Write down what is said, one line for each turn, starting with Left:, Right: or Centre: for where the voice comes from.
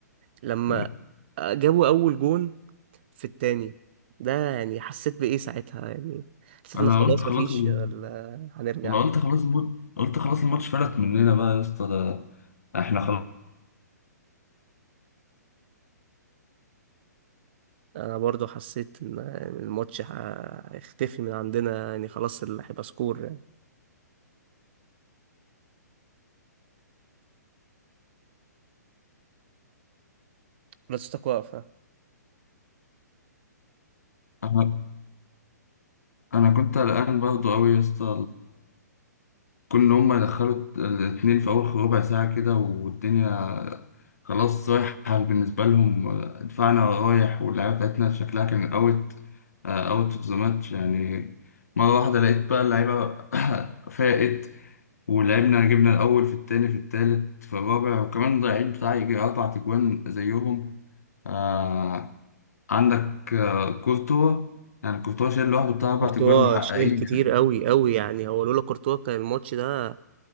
Right: لما
Left: يعني
Right: جابوا اول جون في التاني ده يعني حسيت بايه ساعتها يعني حسيت
Left: انا
Right: ان خلاص
Left: قلت خلاص
Right: مفيش
Left: ال...
Right: ولا هنرجع
Left: انا قلت خلاص الم... قلت خلاص الماتش فلت مننا بقى يا اسطى ده احنا خلاص
Right: انا برضو حسيت ان إن الماتش ه- هيختفي من عندنا يعني خلاص اللي هيبقى سكور يعني بلاستيك واقفه
Left: انا أنا كنت قلقان برضه قوي يا اسطى كون إن هما يدخلوا الت- الاتنين في أول ربع ساعة كده والدنيا خلاص رايحة بالنسبة لهم آه، دفاعنا رايح واللعيبة بتاعتنا شكلها كان أوت أوت أوف ذا ماتش يعني مرة واحدة لقيت بقى اللعيبة <coughs> فاقت ولعبنا جبنا الأول في التاني في التالت في الرابع وكمان ضايعين بتاع يجي أربع تجوان زيهم آه عندك آه كورتوا يعني كورتوا شايل لوحده بتاع أربع
Right: كورتوا
Left: تجوان محققين
Right: شايل كتير قوي قوي يعني هو لولا كورتوا كان الماتش ده